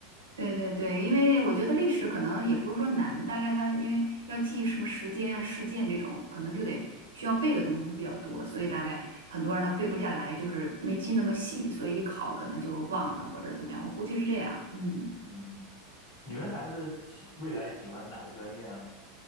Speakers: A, on the right (about 85°); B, on the left (about 75°).
A: 对对对，因为我觉得历史可能也不是说难，大概它因为要记什么时间啊、事件这种，可能就得需要背的东西会比较多，所以大概很多人他背不下来，就是没记那么细，所以一考可能就忘了或者怎么样，我估计是这样，嗯。
B: 嗯，你们孩子喜未来喜欢哪个专业啊？